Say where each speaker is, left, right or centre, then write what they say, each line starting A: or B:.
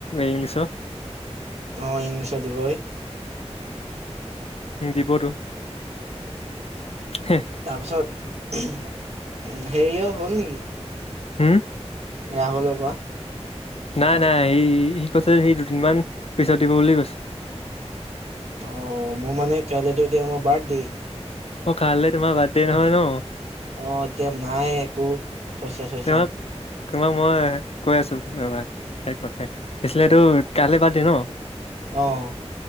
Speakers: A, on the left (about 60°); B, on the right (about 75°).
A: ইংলিছত।
B: অঁ ইংলিছত দিবয়ে।
A: উম দিবতো হেহ।
B: তাৰপাছত হেৰিয় হ'ল নেকি?
A: হুম।
B: ৰাহুলৰ পা?
A: নাই নাই এই সি কৈছে সেই দুদিন মান পিছত দিব বুলি কৈছে।
B: অঁ, মোৰ মানে কাইলেতো এতিয়া মই বাৰ্থদে।
A: অঁ, কাললে তোমাৰ বাথ্ৰদে নহয় ন?
B: অঁ, এতিয়া নাই একো পইচা চইচা।
A: তোমাৰ তোমাক মই কৈ আছো ৰবা। কি দিলে তোৰ কাইলে টো বাথ্ৰদে ন?
B: অ'